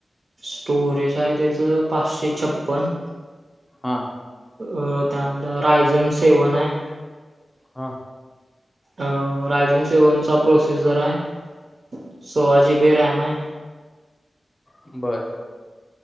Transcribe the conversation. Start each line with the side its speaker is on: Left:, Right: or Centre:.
Right: स्टोरेज आहे त्याचं पाचशे छप्पन्न.
Left: हां.
Right: अ त्यानंतर रायजन सेवन हाय.
Left: हा.
Right: अ रायजोन सेवन चा प्रोसिजर आहे सोळा जी बी रॅम आहे.
Left: बरं.